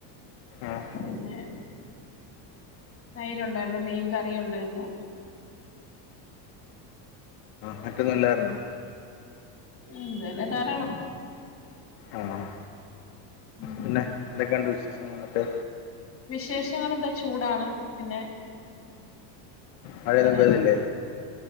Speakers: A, on the left; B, on the left.
A: ആഹ്
B: പിന്നെ തൈരുണ്ടായിരുന്നു മീൻ കറിയുണ്ടായിരുന്നു
A: മറ്റൊന്നു ഇല്ലായിരുന്നോ
B: ഉം ഇതന്നെ ധാരാളം
A: ആഹ്
B: ഉം
A: പിന്നെ എന്തൊക്കെയുണ്ട് വിശേഷങ്ങളൊക്കെ
B: വിശേഷങ്ങളെന്താ ചൂടാണ് പിന്നെ
A: മഴയൊന്നും
B: ഇങ്ങനെ
A: പെയ്തില്ലേ